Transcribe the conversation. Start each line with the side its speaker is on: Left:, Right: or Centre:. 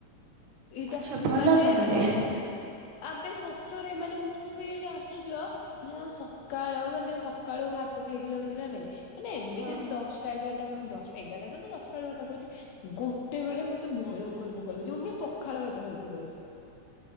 Left: ଏଇଟା
Right: ଆଚ୍ଛା ଭଲ
Left: ମାନେ
Right: ତାହଲେ।
Left: ମୁଁ ଆବେ ସତରେ ମାନେ ମୁଁ ବି ଏଇଟା ଆଶ୍ଚଯ୍ୟ ମୁଁ ସ କାଳ ମାନେ ସକାଳୁ ଭାତ ଖାଇକି ଯାଉଛି ନା ନାଇଁ ମାନେ ଏମିତି
Right: ହଁ
Left: ଦଶଟା ଏଗାରଟା ବ ଦଶ ଏଗାରଟା ଜ ନ ଦଶଟା ବେଳେ ଭାତ କଉଚି ଗୋଟେ ବେଳେ ମତେ ଭୟଙ୍କର ଭୋକ ଲାଉଛି ମ ମି ପ ଖାଳ ଭାତ ଖାଇକି ଯାଉଛି